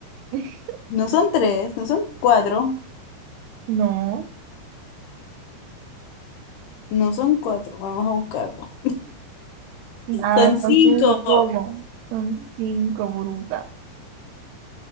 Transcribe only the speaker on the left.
No son tres, no son cuatro,
no son cuatro, vamos a buscarlo.
Son cinco.